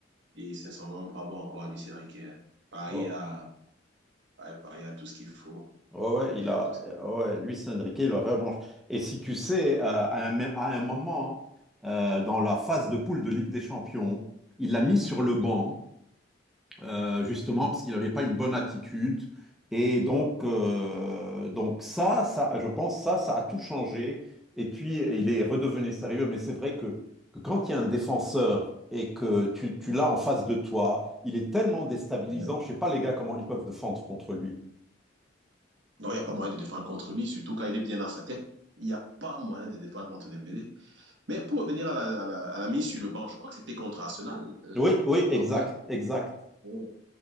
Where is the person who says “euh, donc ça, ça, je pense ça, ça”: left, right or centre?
Centre